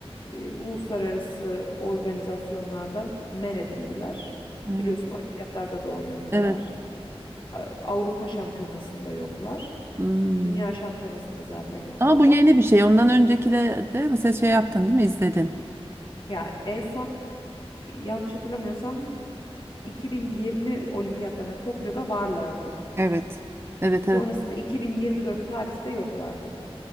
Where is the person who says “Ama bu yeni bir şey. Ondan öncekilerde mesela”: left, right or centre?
Right